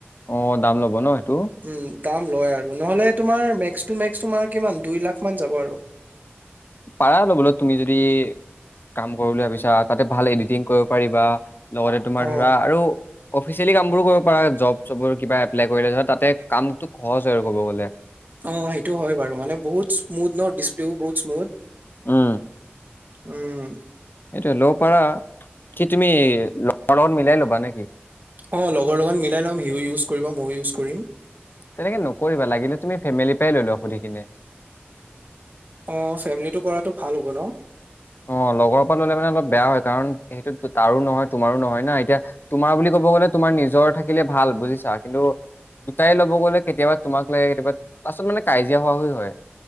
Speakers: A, on the left; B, on the right.
A: অ দাম ল'ব ন সেইটো।
B: উম দাম লয় আৰু নহলে তোমাৰ মেক্স টু মেক্স তোমাৰ কিমান দুই লাখ মান যাব আৰু।
A: পাৰা ল'বলৈ তুমি যদি, কাম কৰিব বুলি ভাবিছা তাতে ভাল এডিটিং কৰিব পাৰিবা। লগতে তোমাৰ
B: অ
A: ধৰা আৰু। অফিচিয়েলি কাম বোৰো কৰিব পাৰা জব চব কিবা এপ্লাই কৰিলে ধৰ তাতে কামটো সহজ হয় আৰু ক'ব গ'লে।
B: অ সেইটো হয় বাৰু নো বহুত স্মুদ ন ডিছপ্লেও বহুত। বত
A: উম
B: উম।
A: এইটোয় ল'ব পাৰা কি তুমি লগৰ লগত মিলাই ল'বা নেকি।
B: অ লগৰ লগত মিলাই লম সিও ইউজ কৰিব ময়ো ইউজ কৰিম।
A: তেনেকে নকৰিবা লাগিলে তুমি ফেমিলি পৰাই ললো সুধি কিনে।
B: অ ফেমিলিটো কৰাতটো ভাল হ'ব ন।
A: অ লগৰৰ পৰা ললে মানে অলপ বেয়া হয় কাৰণ সেইটো তাৰো নহয় তোমাৰো নহয় না এতিয়া তোমাৰ বুলি ক। ক'ব গলে তোমাৰ নিজৰ থাকিলে ভাল বুজিছা কিন্তু। দুটাই ল'ব গ'লে কেতিয়াবা তোমাক লাগে কেতিয়াবা লাছত মানে কাজিয়া হোৱাহ হয়